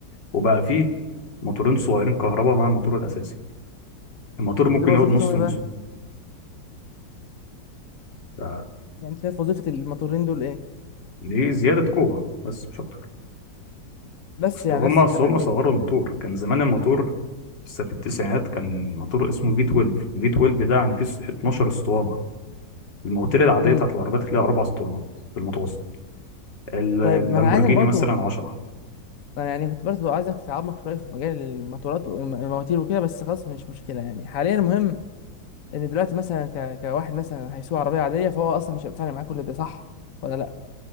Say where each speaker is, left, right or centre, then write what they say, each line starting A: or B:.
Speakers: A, on the left; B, on the left.
A: وبقى فيه موتورين صغيرين كهرباء مع الموتور الاساسي الموتور ممكن
B: دول وظيفتهم
A: يقعد نص
B: ايه
A: موسم
B: بقى
A: ف-
B: يعني شايف وظيفه الموتورين دول ايه
A: دي زياده قوه بس مش اكتر
B: بس
A: اصل
B: يعني
A: هما
B: نفس الكلام
A: اصل هما صغروا
B: يعني
A: الموتور كان زمان الموتور لسه في التسعينات كان موتور اسمه في 12 في 12 ده يعني فيه 12 اسطوانه المواتير العاديه
B: امم
A: بتاعت العربيات اللي هي اربع اسطوانات في المتوسط ال-
B: طيب
A: اللامبورجيني
B: ما انا عايزك برضه
A: مثلا 10
B: أنا يعني كنت برضه عايزك تتعمق شويه في مجال الموتورات والمواتير وكده بس خلاص مش مشكله يعني حاليا المهم ان دلوقتي مثلا ك... كواحد مثلا هيسوق عربيه عاديه فهو اصلا مش هيبقى فارق معاه كل ده صح ولا لا